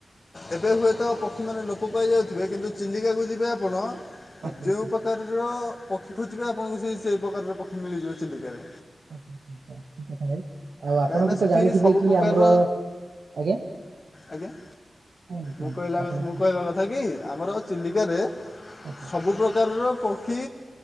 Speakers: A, on the left; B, on the right.
A: ଏବେ ହୁଏତ ପକ୍ଷୀମାନେ ଲୋପ ପାଇ ଯାଉଥିବେ କିନ୍ତୁ ଚିଲିକାକୁ ଯିବେ ଆପଣ।
B: ଆଚ୍ଛା
A: ଯେଉଁ
B: ଆଚ୍ଛା
A: ପ୍ରକାରର ପକ୍ଷୀ ଖୋଜିବେ ଆପଣଙ୍କୁ ସେଇ ସେହି ପ୍ରକାରର ପକ୍ଷୀ ମିଳିଯିବ ଚିଲିକାରେ।
B: ଆଛା ଆଛା ଆଛା ଠିକ୍ କଥା ଭାଇ। ଆଉ ଆପଣ
A: କାହିଁକିନା
B: ବି ତ
A: ସେଠି
B: ଜାଣିଥିବେ
A: ସବୁ
B: କି
A: ପ୍ରକାରର
B: ଆମର ଆଜ୍ଞା।
A: ଆଜ୍ଞା
B: କୁହନ୍ତୁ କୁହନ୍ତୁ
A: ମୁଁ କହିଲା
B: ଆପଣ
A: ବେଳେ
B: କୁହନ୍ତୁ
A: ମୁଁ କହିବା କଥା କି ଆମର ଚିଲିକାରେ।
B: ଆଚ୍ଛା
A: ସବୁ ପ୍ରକାରର ପ ଖି